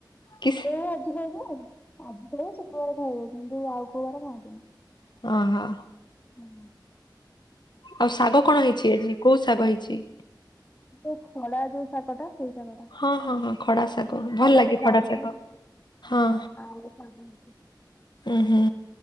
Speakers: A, on the left (about 70°); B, on the left (about 20°).
A: କି
B: ବୋଉମନ ଉମ ବାପା ବୋ ଜି ଖାଇବେ ଆଉ ଆଜି ଖାଇ ଶୁକ୍ରବାର ଖାଇବେ କିନ୍ତୁ ଆଉ କୋଉବାର ଖାଆନ୍ତିନି।
A: ଓହୋ।
B: ହଁ।
A: ଆଉ ଶାଗ କଣ ହେଇଛି ଆଜି କୋଉ ଶାଗ ହେଇଛି?
B: ଯୋଉ ଖଡା ଯୋଉ ଶାଗଟା ସେଇ ଶାଗ ଟା।
A: ହଁ ହଁ ହଁ ଖଡା ଶାଗ
B: ଖଡାରେ
A: ଭଲ ଲାଗେ
B: ଡାଲମା
A: ଖଡା ଶାଗ
B: ହେଇଛି
A: ହଁ।
B: ଆଉ ସାଗ ହେଇଛି।
A: ଉଁ ହୁଁ